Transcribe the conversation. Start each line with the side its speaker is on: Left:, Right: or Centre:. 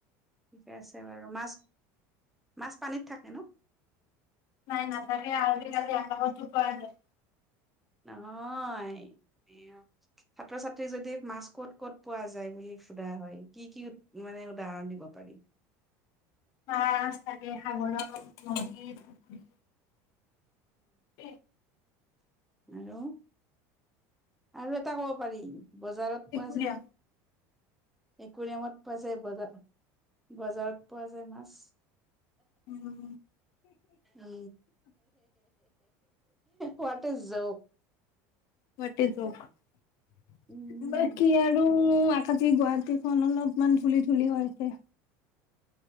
Centre: কে আছে বাৰু মাছ মাছ ক ন
Left: নাই ন তাকে আলধ কালি আ তুপ আ যায়
Centre: ন এয়া ছাত্ৰ ছাত্ৰী যদি মাছ ক'ত ক'ত পোৱা যায় বুলি সোধা হয় কি কি মানে উদাহৰণ দিব পাৰি
Left: মছ তাকে সাগৰ নদীৰ পুখুৰী উ
Centre: আৰু আৰু এটা কব পাৰি বজাৰত
Left: ত্ৰিপুৰীয়া
Centre: পোৱা যায় একুৱেৰিয়ামত পোৱা যায় বজাৰত বজাৰত পোৱা যায় মাছ
Left: উম
Centre: উ হোৱাট ইজ জক
Left: য বাকি
Centre: উম
Left: আৰু আকাতি গুৱাহাটীখন অলপমান ধূুলি ধুলি হৈ আছে